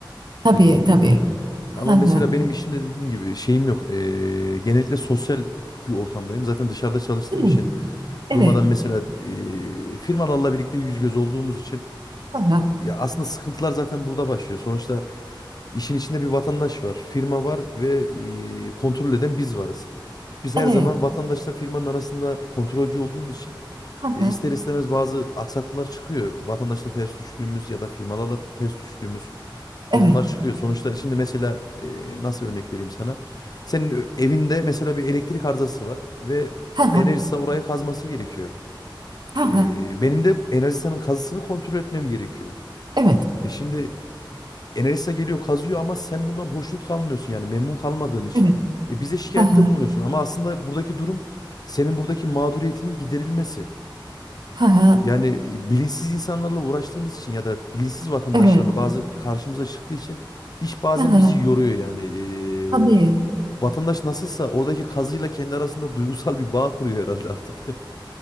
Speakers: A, on the right (about 60°); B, on the left (about 50°).
A: Tabii
B: Dediğin gibi
A: tabii.
B: yani. Ama
A: Hı hı.
B: mesela benim işimde dediğim gibi şeyim yok. Ee, genellikle sosyal bir ortamdayım. Zaten dışarıda çalıştığım
A: Değil
B: için
A: mi? Evet.
B: durmadan mesela ee, firmalarla birlikte yüz göz olduğumuz için
A: Hı hı.
B: ya aslında sıkıntılar zaten burada başlıyor. Sonuçta işin içinde bir vatandaş var, firma var ve ee, kontrol eden biz varız. Biz
A: Evet.
B: her zaman vatandaşla firmanın arasında kontrolcü olduğumuz için
A: Hı hı.
B: e, ister istemez bazı aksaklıklar çıkıyor. Vatandaşla ters düştüğümüz ya da firmalarla ters düştüğümüz
A: Evet.
B: durumlar çıkıyor. Sonuçta şimdi mesela e, nasıl örnek vereyim sana? Senin ö- evinde mesela bir elektrik arızası var ve
A: Hı hı.
B: Enerjisa orayı kazması gerekiyor.
A: Hı hı.
B: E, benim de Enerjisa'nın kazısını kontrol etmem gerekiyor.
A: Evet.
B: E şimdi Enerjisa geliyor kazıyor ama sen bundan hoşnut kalmıyorsun yani memnun kalmadığın için
A: Evet.
B: e, bize şikayette
A: Hı hı.
B: bulunuyorsun. Ama aslında buradaki durum senin buradaki mağduriyetinin giderilmesi.
A: Hı hı.
B: Yani e, bilinçsiz insanlarla uğraştığımız için ya da bilinçsiz vatandaşlarla
A: Evet.
B: bazı karşımıza çıktığı için iş bazen
A: Hı hı.
B: bizi yoruyor yani. Ee,
A: Tabii.
B: vatandaş nasılsa oradaki kazıyla kendi arasında duygusal bir bağ kuruyor herhalde artık.